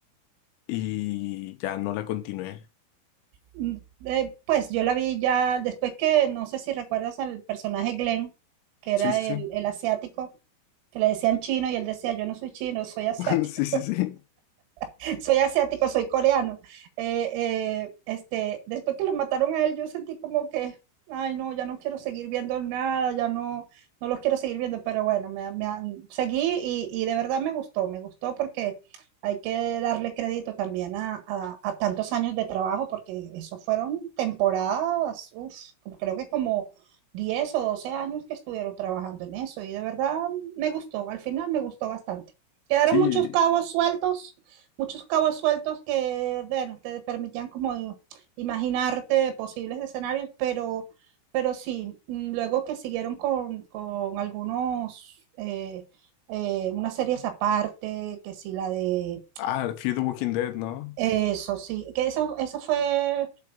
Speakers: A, on the left (about 85°); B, on the right (about 80°).
A: y ya no la continué.
B: Mm, eh, pues yo la vi ya después que, no sé si recuerdas al personaje Glenn, que
A: Sí,
B: era
A: sí,
B: el,
A: sí.
B: el asiático, que le decían chino y él decía, yo no soy chino, soy asiático.
A: <laughs> Sí, sí, sí.
B: <laughs> soy asiático, soy coreano. Eh, eh, este, después que lo mataron a él, yo sentí como que, ay, no, ya no quiero seguir viendo nada, ya no, no los quiero seguir viendo, pero bueno, me, me seguí y, y, de verdad me gustó, me gustó porque hay que darle crédito también a, a, a tantos años de trabajo, porque eso fueron temporadas, uf, como- creo que como... 10 o 12 años que estuvieron trabajando en eso y de verdad me gustó, al final me gustó bastante. Quedaron
A: Sí.
B: muchos cabos sueltos, muchos cabos sueltos que, bueno, te permitían como imaginarte posibles escenarios, pero, pero sí, mm, luego que siguieron con, con algunos, eh, eh, unas series aparte, que sí, la de
A: Ah, Fear the Walking Dead, ¿no?
B: eso, sí, que esa, esa fue,